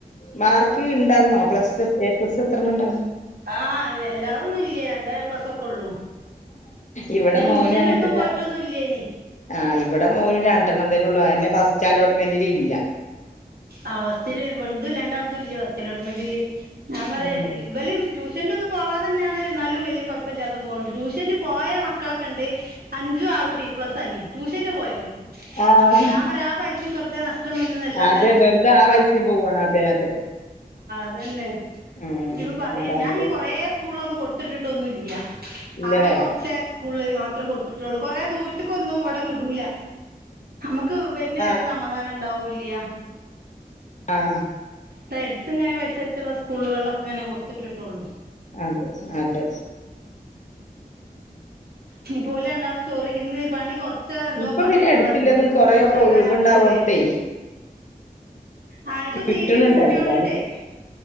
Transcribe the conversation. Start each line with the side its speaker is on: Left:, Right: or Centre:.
Left: മാർക്ക് ഇണ്ടായിരുന്നോ പ്ലസ്സ് എ പ്ലസ് എത്രണ ഉണ്ടാ
Right: ആ വല്ലാതൊന്നും ഇല്ല രണ്ടേ പ്ലസ് ഒക്കെ ഉള്ളൂ
Left: ഇവടെ
Right: പിന്നെ
Left: മോനു
Right: ട്യൂഷനൊന്നും
Left: അങ്ങനത്തെന്നെയ.
Right: പോയിട്ടൊന്നും ഇല്ലേനി
Left: ആ ഇവടെ മോനും രണ്ടെണ്ണം തന്നെ ഉള്ളു അയെന്നെ ഫസ്റ്റ് അലോട്ട്മെന്റില് ഇല്ല.
Right: ആ ഫസ്റ്റില് ഇവൾത് രണ്ടാൾതുല്ല ഫാസ്റ്റ് അലോട്ട്മെന്റില് ഞാൻ പറയ
Left: ഉം
Right: ഇവൽ ട്യൂഷ ട്യൂഷനൊന്നും പോവാതെന്നെന്നാണ് ന്നാലും വല്യാ കുഴപ്പല്ലാതെ പോണ്ട് ട്യൂ ഷന് പോയ മക്കളൊക്കെണ്ട് അഞ്ചും ആ ആറു ഡി പ്ലസ്സാങ്ങി ട്യൂഷന് പോയല്.
Left: ആഹ്
Right: ഞാൻ പറയ ആ പൈസിം വെറുതെ നഷ്ടം വന്നുതല്ലാതെ.
Left: അതെ വെറുതെ ആ പൈസിം പോവാണ് അതെ അതെ.
Right: അതെന്നെ
Left: ഉം
Right: ഇനിയിപ്പൊറിം
Left: അതാണ്
Right: ഞാൻ ഇനി കൊറെ സ്കൂളിലൊന്നും കൊടുത്തിട്ടിട്ടൊന്നും ഇല്ല്യ.
Left: ഇല്ല
Right: ആകെ
Left: ല്ലേ
Right: കുറച്ചേ സ്കൂള് മാത്രം കൊടുത്തിട്ടുള്ളൂ കൊറേ ദൂരത്തേക്കൊന്നും ഇവിടെ വിടൂല. നമ്മക്ക് വേര്ന്ന വരെ
Left: ആഹ്
Right: സമാധാനം ഉണ്ടാവൂല്ല്യ.
Left: ആഹ
Right: ഇവടെ എട്ത്ത് ഇങ്ങനെ പരിസരത്തുള്ള സ്കൂളുകളിലൊക്കെ ഇങ്ങനെ കൊടുത്തിട്ടിട്ടുള്ളൂ.
Left: അതെ അതെ.
Right: ഇഞ്ഞിപ്പോല് രണ്ടാളും ചോർവെക്കെന്ന് ഇന്ന് പണി കുറച്ച് ച്ച് എന്തോ
Left: ഇപ്പൊ
Right: പണിയൊള്ളു
Left: പിന്നെ എടുത്തില്ലതും
Right: അറിഞ്ഞീനിം അപ്പൊ
Left: കൊറേ
Right: ഇന്ന് ചോറ് വെയ്ക്കാൻ
Left: ഒഴിവുണ്ടാവോണ്ടേ
Right: ആകുമ്പോത്തിനും വെരും ചെയ്യും. ആ ഇപ്പൊ
Left: കിട്ടണണ്ടല്ലോ
Right: സീറ്റ് കൂട്ടിയോണ്ടിട്ടേ.